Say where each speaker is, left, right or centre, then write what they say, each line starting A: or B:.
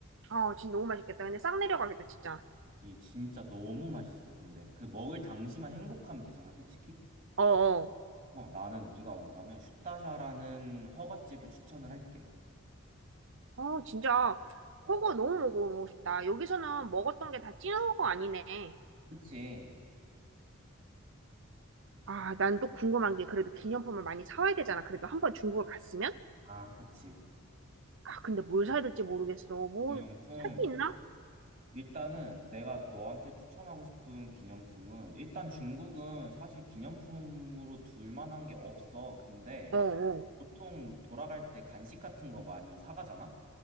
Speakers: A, on the right (about 55°); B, on the right (about 40°).
A: 어, 진짜 너무 맛있겠다. 근데 싹 내려가겠다, 진짜.
B: 이 진짜 너무 맛있어. 근데 그 먹을 당시만 행복하면 되잖아, 솔직히.
A: 어어.
B: 어, 나는 네가 온다면 슈타샤라는 허거집을 추천을 할게.
A: 어, 진짜 그거 너무 먹어보고 싶다. 여기서는 먹었던 게 다 찐한거 아니네.
B: 그치?
A: 아, 난 또 궁금한 게 그래도 기념품을 많이 사와야 되잖아. 그래도 한 번 중국을 갔으면?
B: 아, 그치.
A: 아, 근데 뭘 사야 될지 모르겠어. 뭐,
B: 기념품.
A: 살 게 있나?
B: 일단은 내가 너한테 추천하고 싶은 기념품은 일단 중국은 사실 기념품으로 둘 만한 게 없어. 근데
A: 어, 어,
B: 보통 돌아갈 때 간식 같은 거 많이 사가잖아?